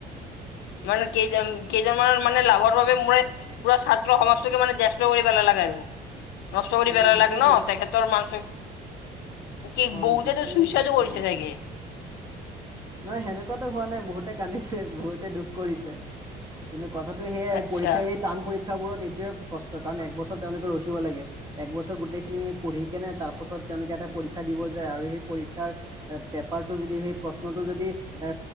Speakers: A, on the left (about 85°); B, on the right (about 20°).
A: মানে কেইজন-কেইজনমানৰ মানে লাভৰ বাবে মানে পুৰা ছাত্ৰ সমাজকে মানে <unintelligible> কৰি পেলালে। <unintelligible> নষ্ট কৰি
B: অ
A: পেলালে
B: গোটেই
A: ক ন,
B: দেশ
A: তেখেতৰ মান কি
B: হয়
A: বহুতেতো
B: গোটেই
A: সুস্বাদু
B: নষ্ট
A: কৰিছে
B: কৰি
A: চাগে।
B: পেলালে। নহয় সেনেকোৱাটো হোৱা নাই বহুতে কান্দিছে বহুতে দুখ কৰিছে কিন্তু কথাটো সেয়াই
A: আচ্ছা
B: পৰীক্ষাই এই টান পৰী শিক্ষাবোৰত এইটোৱে কষ্ট কাৰণ একবছৰ তেওঁলোকে ৰখিব লাগে। এক বছৰ গোটেইখিনি পঢ়ি কেনে তাৰ পাছত তেওঁলোকে এটা পৰীক্ষা দিব যায় আৰু সেই পৰীক্ষাৰ <unintelligible> <unintelligible> যদি সেই প্ৰশ্নটো যদি এ